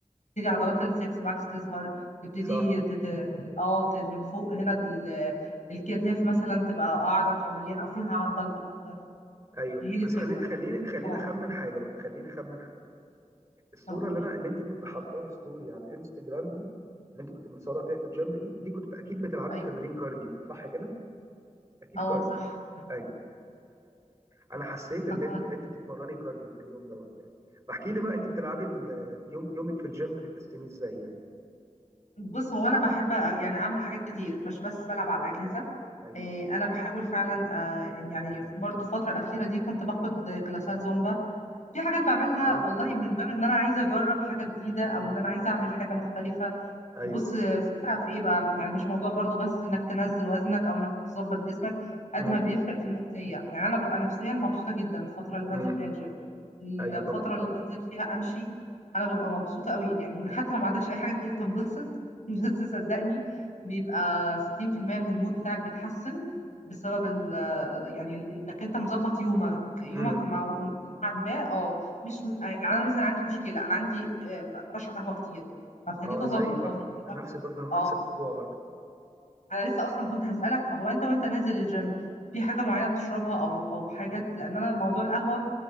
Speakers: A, on the left (about 70°); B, on the right (about 25°).
A: تبتدي عضلات السكس باكس تظهر تبتدي
B: صح
A: تت... مم. اه ت- من فوق هنا ال... الكتاف مثلا تبقى اعرض او مليانه او فيها عضل اكتر
B: ايوه
A: هي دي
B: بس
A: الفكره
B: خليني خليني خليني
A: اه
B: اخمن حاجه بقى خليني اخمن حاجه الصوره
A: اقول
B: اللي انا اللي انت كنت حاطاها ستوري على الانستجرام دي اللي انت كنت متصوره فيها في الجيم دي دي كنت اكيد بتلعبي
A: ايوه
B: تمارين كارديو صح كده اكيد
A: اه
B: كارديو
A: صح
B: ايوه انا حسيت اللي
A: <laughs>
B: انت اللي انت بتتمرني كارديو في اليوم دوت يعني فاحكي لي بقى انت بتلعبي ال- يوم يومك في الجيم بتقسميه ازاي يعني
A: بص هو انا بحب يعني اعمل حاجات كتير مش بس بلعب على الاجهزه
B: ايوه
A: إيه، انا بحاول فعلا آه، يعني برضو الفتره الاخيره دي كنت باخد كلاسات زومبا في حاجات بعملها
B: اه
A: والله من باب ان انا عايزه اجرب حاجه جديده او ان انا عايزه اعمل حاجه مختلفه
B: ايوه
A: بص الفكرة في ايه بقى يعني مش موضوع برضو بس انك تنزل وزنك او انك تظبط جسمك قد
B: امم
A: ما بيفرق في النفسية يعني انا ببقى نفسيا مبسوطة جدا الفترة اللي بنزل
B: امم
A: فيها الجيم الفترة
B: ايوه طبعا
A: اللي
B: صح
A: بنزل فيها امشي انا ببقى مبسوطة قوي يعني من حتى لو ما عندكش اي حاجة تخليك تنبسط <laughs> بس صدقني بيبقى 60% من المود بتاعك بيتحسن بسبب ال يعني انك انت مظبط يومك يومك
B: امم
A: مع نوعاً ما اه مش يعني انا مثلا عندي مشكلة انا عندي آه، بشرب قهوة كتير فابتديت
B: اه
A: اظبط
B: زي برضه
A: هو في
B: انا نفسي برضه نفس
A: اه
B: الموضوع برضه
A: انا لسه اصلا كنت هسالك هو انت وانت نازل الجيم في حاجه معينه بتشربها او او حاجات لان انا موضوع القهوه